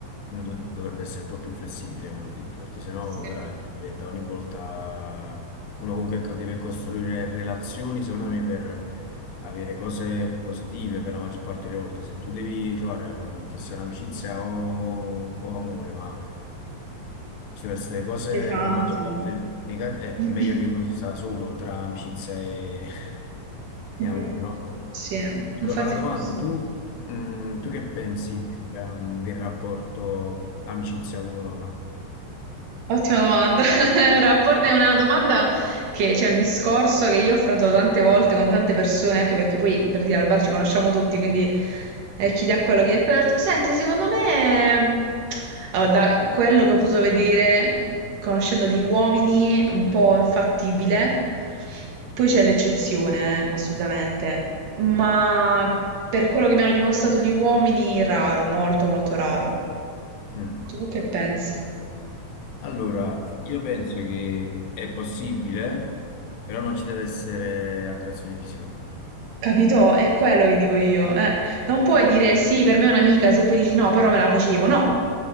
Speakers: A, on the left; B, on the right.
A: uno do- dovrebbe essere un po' più flessibile, come ho detto, perché sennò
B: sì,
A: veramente diventa ogni volta uno comunque ecco, deve costruire relazioni, secondo me, per avere cose positive per la maggior parte delle volte. Se tu devi trovare un- che sia un'amicizia o, o amore, ma ci devono essere cose
B: pesante,
A: per la maggior parte
B: no?
A: negative,
B: <clears throat>
A: è meglio che uno si sta solo tra amicizia e, e
B: Mh.
A: amore, no?
B: Sì,
A: Ti
B: infatti
A: volevo fare una
B: è
A: domanda,
B: così.
A: tu, mm, tu che pensi del, um, del rapporto amicizia uomo-donna?
B: Ottima domanda. <laughs> È un rapport- è una domanda che c'è un discorso che io ho affrontato tante volte con tante persone, anche perché poi per dire al bar ci conosciamo tutti, quindi eh, chi dà quello, chi dà quell'altro. Senti, secondo me, allora, da quello che ho potuto vedere, conoscendo gli uomini, è un po' infattibile. Poi c'è l'eccezione, assolutamente. Ma per quello che mi hanno dimostrato gli uomini, raro, molto, molto raro.
A: Mm.
B: Tu che pensi?
A: Allora, io penso che è possibile, però non ci deve essere attrazione fisica.
B: Capito? È quello che dico io, eh. Non puoi dire sì, per me è un'amica, se poi dici no, però me la facevo. No,